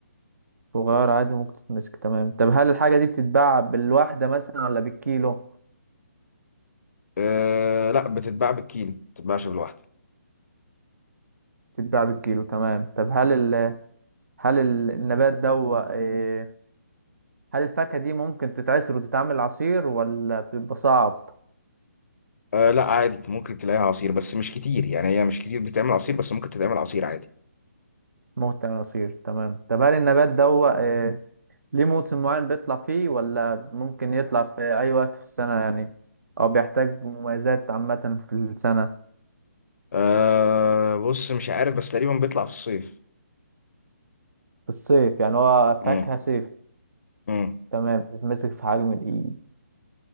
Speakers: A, on the right; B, on the left.
A: صغير عادي ممكن تتمسك تمام طب هل الحاجة دي بتتباع بالواحدة مثلا ولا بالكيلو؟
B: أه لا بتتباع بالكيلو ما بتتباعش بالواحدة
A: بتتباع بالكيلو تمام طب هل ال... هل ال- النبات ده هو- إيه... هل الفاكهة دي ممكن تتعصر وتتعمل عصير ولا بيبقى صعب
B: أه لا عادي ممكن تلاقيها عصير بس مش كتير يعني هي مش كتير بتعمل عصير بس ممكن تتعمل عصير عادي
A: ممكن تعمل عصير تمام طب هل النبات ده هو إيه... ليه موسم معين بيطلع فيه ولا ممكن يطلع في أي وقت في السنة يعني أو بيحتاج مميزات عامة في السنة
B: أه بص مش عارف بس تقريبا بيطلع في الصيف
A: في الصيف يعني هو
B: مم.
A: فاكهة صيف
B: مم.
A: تمام بتتمسك في حجم الإيد